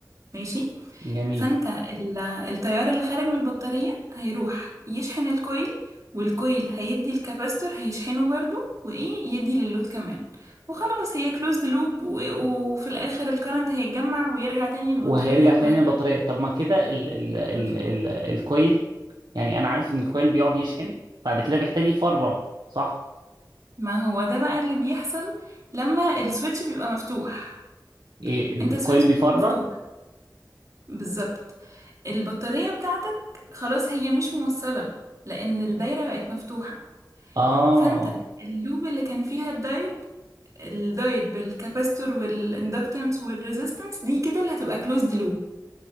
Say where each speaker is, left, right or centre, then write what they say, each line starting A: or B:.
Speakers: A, on the right; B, on the right.
A: ماشي
B: جميل
A: فانت ال- التيار اللي خارج من البطارية هيروح يشحن الكويل والكويل هيدي الكاباستور هيشحنه برضو وايه يدي للود كمان وخلاص هي كلوزد لوب وفي الاخر الكرنت هيتجمع ويرجع تاني للبطارية
B: وهيرجع
A: وهكذا
B: تاني للبطاريه طب ما كده ال ال ال
A: مظبوط
B: ال الكويل يعني انا عارف ان الكويل بيقعد يشحن بعد كده بيحتاج يفرغ صح
A: ما هو ده بقى اللي بيحصل لما السويتش بيبقى مفتوح
B: إيه الكويل
A: انت السويتش بتاعك
B: بيفرغ
A: مفتوح بالظبط البطارية بتاعتك خلاص هي مش موصلة لان الدايرة بقت مفتوحة
B: اه
A: فانت اللوب اللي كان فيها الدايت الدايت بالكاباستور والاندكتنس والريزيستنس دي كده اللي هتبقى كلوزد لوب